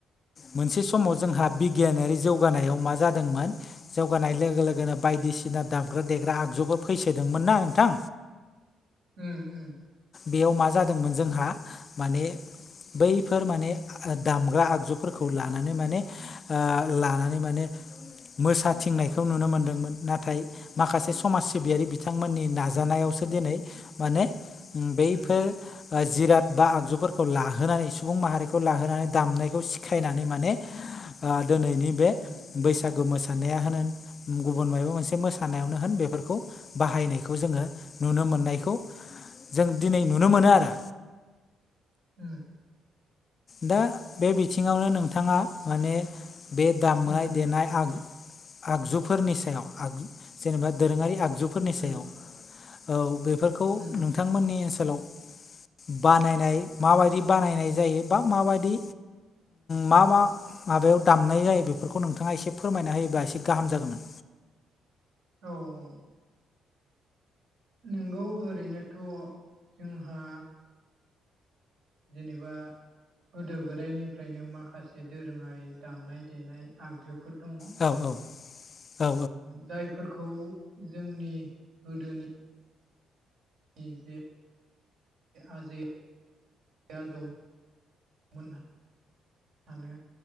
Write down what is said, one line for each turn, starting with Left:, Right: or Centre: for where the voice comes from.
Left: मोनसे समाव जोंहा बिगियानारि जौगानायाव मा जादोंमोन जौगानाय लोगो लोगोनो बायदिसिना दाबग्रा देग्रा आगजुफोर फैसोदोंमोन ना नोंथां
Right: उम उम
Left: बेयाव मा जादोंमोन जोंहा माने बैफोर माने दामग्रा आगजुफोरखौ लानानै माने लानानै माने मोसाथिंनायखौ नुनो मोनदोंमोन नाथाय माखासे समाज सिबियारि बिथांमोननि नाजानायावसो दिनै माने बेफोर
Right: उम
Left: जिराद बा आगजुफोरखौ लाहोनानै सुबुं माहारिखौ लाहोनानै दामनायखौ सिखायनानै माने दिनैनि बे
Right: उम
Left: बैसागु मोसानाय मोसानायानो होन गुबुन माबा मोनसे मोसानायावनो होन बेफोरखौ बाहायनायखौ जोङो नुनो मोननायखौ जों दिनै नुनो मोनो आरो
Right: उम
Left: दा बे बिथिङावनो नोंथाङा माने बे दामनाय
Right: उम
Left: देनाय आगजु आगजुफोरनि सायाव आग जेनेबा दोरोङारि आगजुफोरनि
Right: उम
Left: सायाव औ बेफोरखौ
Right: उम
Left: नोंथांमोननि ओनसोलाव बानायनाय माबायदि बानायनाय जायो बा माबायदि मा मा माबायाव दामनाय जायो बेफोरखौ नोंथाङा एसे फोरमायना होायोबा एसे गाहाम जागौमोन
Right: औ औ नोंगौ ओरैनोथ' जोंहा जेनेबा गोदो गोदायनिफ्रायनो माखासे दोरोङारि दामनाय देनाय आगजुफोर दङ
Left: औ औ औ
Right: जायफोरखौ जोंनि गोदोनि नि जे आजै आजौ मोनहानो